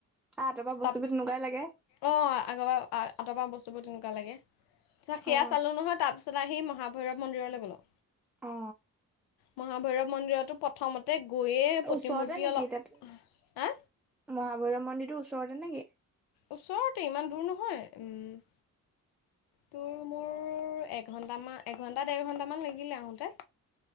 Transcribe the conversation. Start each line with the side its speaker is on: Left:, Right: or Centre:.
Centre: আ তাৰপা
Left: তাত।
Centre: বস্তুবোৰ তেনেকুৱাই লাগে
Left: অ আগৰ পৰা আঁতৰ পা বস্তুবোৰ তেনেকুৱা লাগে। সেয়া
Centre: অ
Left: চালোঁ নহয় তাৰপিছত আহি মহাভৈৰৱ মন্দিৰলৈ গ'লো।
Centre: অ।
Left: মহাভৈৰৱ মন্দিৰতো প্ৰথমতে গৈয়ে প্ৰতিমূৰ্তি
Centre: ওচৰতে নেকি
Left: অলপ
Centre: তাত,
Left: হা
Centre: মহাভৈৰৱ মন্দিৰটোৰ ওচৰতে নেকি?
Left: ওচৰতে ইমান দূৰ নহয়, উম। তোৰ মোৰ এঘন্টামান এঘন্টা দেৰ ঘন্টামান লাগিলে আহোতে।